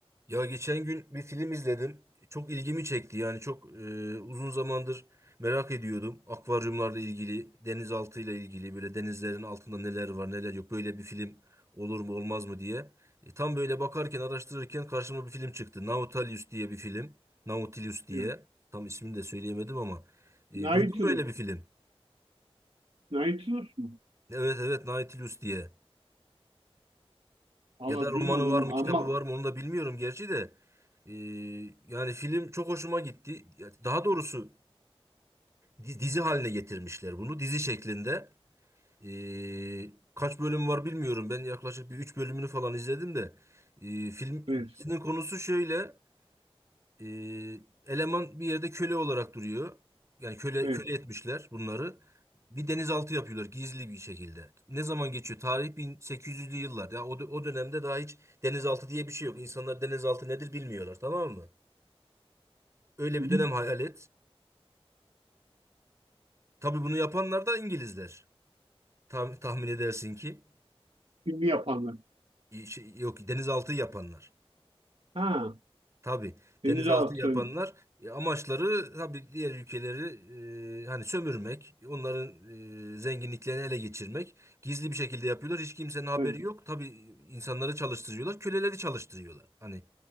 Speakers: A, on the right; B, on the right.
A: Ya geçen gün bir film izledim. Çok ilgimi çekti. Yani çok e, uzun zamandır merak ediyordum. Akvaryumlarla ilgili, denizaltıyla ilgili böyle denizlerin altında neler var, neler yok. Böyle bir film olur mu, olmaz mı diye. E, tam böyle bakarken, araştırırken karşıma bir film çıktı. Nautilus diye bir film. Nautilus diye.
B: Evet.
A: Tam ismini de söyleyemedim ama. E,
B: Nautilus.
A: duydun mu böyle bir film?
B: Nautilus mu?
A: Evet evet Nautilus diye.
B: Allah
A: Ya da romanı
B: duymadım
A: var mı,
B: ama
A: kitabı var mı onu da bilmiyorum gerçi de. Ee, yani film çok hoşuma gitti. Ya Daha doğrusu di- dizi haline getirmişler bunu. Dizi şeklinde. Ee, kaç bölüm var bilmiyorum. Ben yaklaşık bir 3 bölümünü falan izledim de. Ee, film
B: evet.
A: dizinin konusu şöyle. Ee, eleman bir yerde köle olarak duruyor. Yani köle
B: Evet.
A: köle etmişler bunları. Bir denizaltı yapıyorlar gizli bir şekilde. Ne zaman geçiyor? Tarih 1800'lü yıllar. Ya o, dö- o dönemde daha hiç denizaltı diye bir şey yok. İnsanlar denizaltı nedir bilmiyorlar, tamam mı? Öyle
B: Hı
A: bir dönem
B: hı.
A: hayal et. Tabii bunu yapanlar da İngilizler. Tam, tahmin edersin ki
B: Filmi yapanlar.
A: İ- şey, yok denizaltı yapanlar.
B: Ha,
A: Tabii
B: denizaltı.
A: denizaltı yapanlar e, amaçları tabii diğer ülkeleri e, hani sömürmek, onların e, zenginliklerini ele geçirmek. Gizli bir şekilde yapıyorlar. Hiç kimsenin haberi
B: Evet.
A: yok. Tabii e, insanları çalıştırıyorlar, köleleri çalıştırıyorlar. Hani